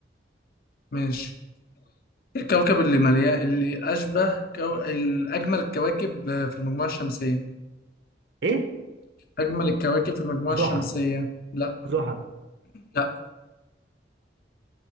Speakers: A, on the left (about 55°); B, on the right (about 75°).
A: ماشي إيه الكوكب اللي مليان اللي أشبه كو... الأجمل الكواكب في المجموعة الشمسية
B: إيه
A: أجمل الكواكب في المجموعة الشمسية
B: زحل
A: لا
B: زحل
A: لا